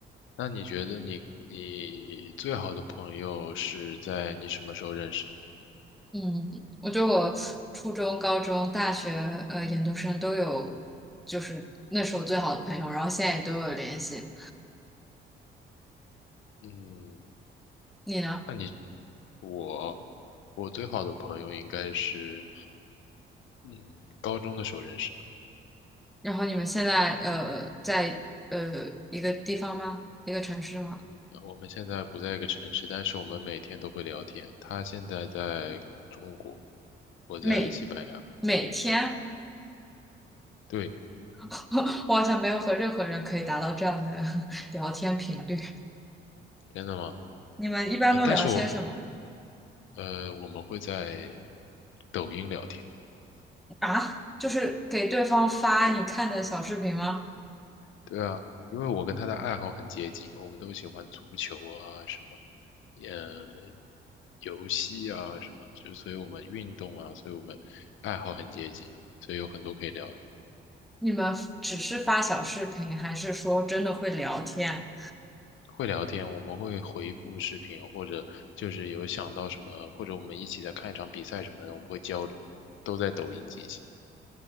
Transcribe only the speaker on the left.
那你觉得你你最好的朋友是在你什么时候认识的？
嗯，
那你我我最好的朋友应该是嗯高中的时候认识的。
嗯，我们现在不在一个城市，但是我们每天都会聊天。他现在在中国，我在西班牙。
对，
真的吗？
呃，但是我呃，我们会在抖音聊天，
对啊，因为我跟他的爱好很接近，我们都喜欢足球啊，什么，呃，游戏啊，什么，就所以我们运动啊，所以我们爱好很接近，所以有很多可以聊的。
会聊天，我们会回复视频，或者就是有想到什么，或者我们一起在看一场比赛什么的，我们会交流，都在抖音进行。